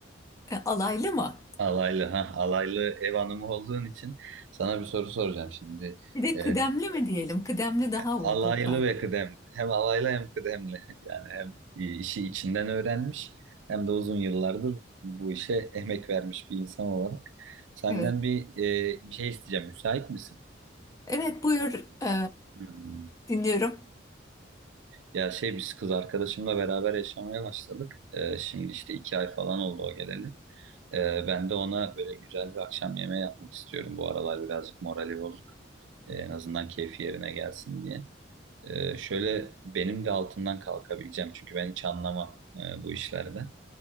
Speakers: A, on the left (about 15°); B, on the right (about 75°).
A: E, alaylı mı?
B: Alaylı ha alaylı ev hanımı olduğun için sana bir soru soracağım şimdi.
A: Bir de
B: E,
A: kıdemli mi diyelim? Kıdemli daha uygun
B: Alaylı
A: sanki.
B: ve kıdemli. Hem alaylı hem kıdemli. <laughs> Yani hem işi içinden öğrenmiş hem de uzun yıllardır bu işe emek vermiş bir insan olarak. Senden
A: Evet.
B: bir, e, bir şey isteyeceğim. Müsait misin?
A: Evet, buyur. E,
B: Hmm.
A: dinliyorum.
B: Ya şey biz kız arkadaşımla beraber yaşamaya başladık. E, şimdi işte iki ay falan oldu o geleli. E, ben de ona böyle güzel bir akşam yemeği yapmak istiyorum. Bu aralar birazcık morali bozuk. E, en azından keyfi yerine gelsin diye. Ee, şöyle benim de altından kalkabileceğim çünkü ben hiç anlamam e, bu işlerden.